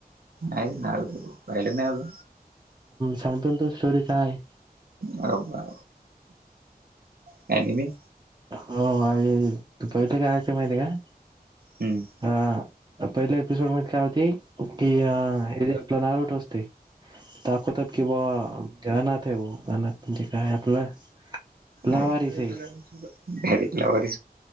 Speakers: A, on the right (about 70°); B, on the right (about 25°).
A: नाही ना पाहिल नाही
B: सांगतो तो स्टोरी काय
A: ब बा काण मी
B: हो अ तू पैठ कायच माहिती आहे का
A: हम्म
B: ह पहिल्या एपिसोड मध्ये काय होती की हे जे आपलं नाल उठ असते दाखवतात कि बा ज अनाथ आहे अनाथ म्हणजे काय आपलं लावारीस
A: अर
B: आहे
A: डायरेक्ट लावर